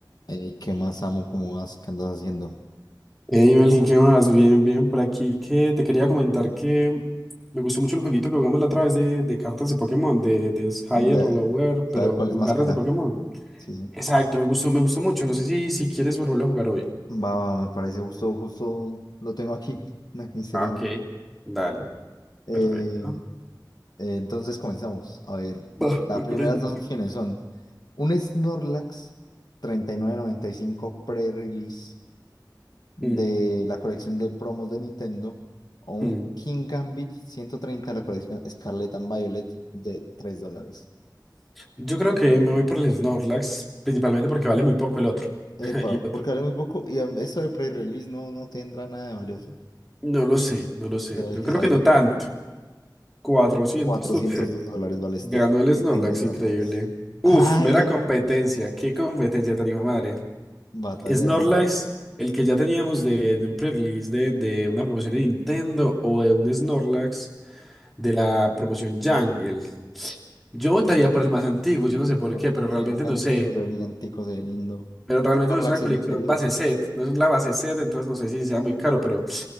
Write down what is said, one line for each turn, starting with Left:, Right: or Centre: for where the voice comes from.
Left: Ey, ¿qué más amo? ¿Cómo vas? ¿Qué andas haciendo?
Centre: Hey Melkin, ¿qué más? Bien, bien, por aquí que te quería comentar que me gustó mucho el jueguito que jugamos la otra vez de, de cartas de Pokémon, de, de Higher
Left: De-
Centre: o Lower,
Left: saber
Centre: pero
Left: cuál
Centre: con
Left: es más
Centre: cartas
Left: cara.
Centre: de Pokémon.
Left: Sí, sí.
Centre: Exacto, me gustó, me gustó mucho. No sé si, si quieres volverlo a jugar hoy.
Left: Va, va, me parece justo, justo lo tengo aquí. <laughs> Me- Misterio.
Centre: Ah, Ok,
Left: de-
Centre: dale,
Left: Eh,
Centre: perfecto.
Left: eh, entonces comenzamos. A ver,
Centre: Va,
Left: las
Centre: me
Left: primeras
Centre: parece.
Left: dos opciones son un Snorlax treinta y y nueve noventa y cinco pre-release de
Centre: Mm,
Left: la colección de promos de Nintendo o un
Centre: mm.
Left: King Gambit 130 de la colección Scarlet and Violet de 3 dólares.
Centre: Yo creo que me voy por el Snorlax, principalmente porque vale muy poco el otro.
Left: Epa,
Centre: <laughs> Y el otro,
Left: porque vale muy poco. Y em, eso de pre-release no, no tendrá nada de valioso.
Centre: no lo sé, no lo sé.
Left: Pero el
Centre: Yo
Left: que
Centre: creo
Left: sabes
Centre: que no
Left: de
Centre: tanto.
Left: mí,
Centre: cuatrocientos.
Left: 402 dólares vale este
Centre: Ganó el
Left: pequeño
Centre: Snorlax,
Left: Snorlax.
Centre: increíble. Uf,
Left: ¡Ay!
Centre: mera competencia. Qué competencia tan hijo de madre.
Left: Batalla
Centre: Snorlax,
Left: de Snorlax.
Centre: el que ya teníamos de, de un pre-release de, de una promoción de Nintendo o de un Snorlax de la promoción Jungle. Yo votaría por el más antiguo, yo no sé por
Left: Co-
Centre: qué, pero realmente
Left: Se ve muy antiguo,
Centre: no sé.
Left: se ve brillantico, se ve lindo.
Centre: Pero realmente
Left: Snorlax
Centre: no es una colección
Left: es muy querido.
Centre: base set, no es la base set, entonces no sé si sea muy caro, pero